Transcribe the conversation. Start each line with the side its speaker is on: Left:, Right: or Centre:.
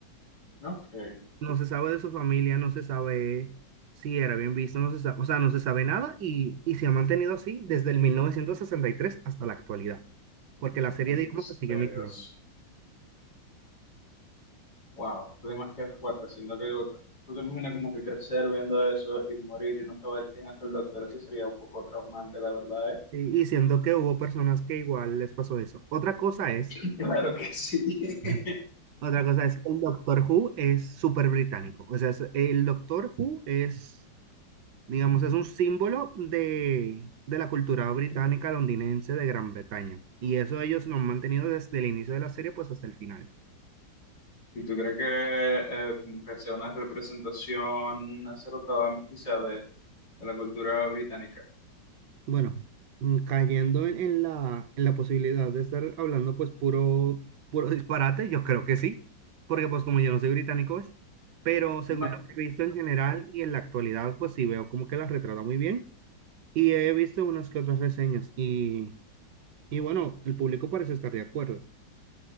Left: no, ok.
Right: No se sabe de su familia, no se sabe si era bien visto, no se sabe, o sea, no se sabe nada y, y se ha mantenido así desde el 1963 hasta la actualidad, porque la serie, digamos,
Left: Misterios.
Right: se sigue emitiendo.
Left: Wow, qué temas que es fuerte, siento que tú te imaginas como que crecer viendo eso y morir y no saber quién es el doctor, eso sería un poco traumante, la verdad, ¿eh?
Right: Y, y siendo que hubo personas que igual les pasó eso. Otra cosa es...
Left: <laughs> Claro que sí. <laughs>
Right: <laughs> Otra cosa es, el Doctor Who es súper británico. O sea, es- el Doctor Who es Digamos, es un símbolo de, de la cultura británica londinense de Gran Bretaña. Y eso ellos lo han mantenido desde el inicio de la serie, pues hasta el final.
Left: ¿Y tú crees que eh, como que sea una representación acertada quizá de, de la cultura británica?
Right: Bueno, mm, cayendo en, en la, en la posibilidad de estar hablando, pues puro, puro disparate, yo creo que sí, porque pues como yo no soy británico, ¿ves? Pero según
Left: No,
Right: lo que he visto en general y en la actualidad, pues sí veo como que la retrata muy bien. Y he visto unas que otras reseñas y, y bueno, el público parece estar de acuerdo.